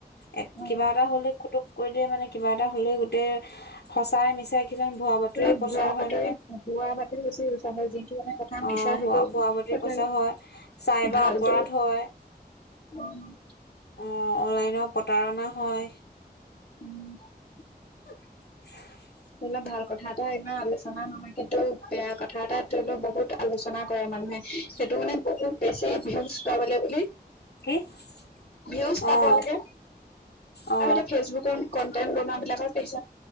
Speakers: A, on the left (about 85°); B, on the left (about 45°).
A: এ
B: উম
A: কিবা এটা হ'লে খুটুক কৰি দিয়ে মানে কিবা এটা হ'লে গোটেই সঁচাই মিচাই কিছুমান ভুৱা বাতৰি
B: অলপ
A: প্ৰচাৰ
B: ভুৱা
A: হয়
B: বাতৰি
A: নহয়।
B: ভুৱা বাতৰি বেছি ইউজ হয় যোনটো মানে কথা
A: অ',
B: মিছা
A: ভুৱা-ভুৱা
B: সেইটো
A: বাতৰি। প্ৰচাৰ
B: কথা
A: হয়, চাইবাৰ
B: ভালটো
A: অপৰাধ হয়।
B: অ',
A: অ', অনলাইনৰ প্ৰতাৰণা হয়।
B: উম,
A: <inaudible>
B: অলপ ভাল কথা এটা ইমান আলোচনা নহয় কিন্তু বেয়া কথা তাত ধৰি লওক বহুত আলোচনা কৰে মানুহে সেইটো মানে বহুত বেছি ভিউজ পাবলে বুলি
A: <inaudible>
B: ভিউজ
A: অ
B: পাব লাগে
A: অ
B: আৰু এতিয়া ফেচবুকৰ কন্টেন্ট বনোৱাবিলাকৰ <unintelligible>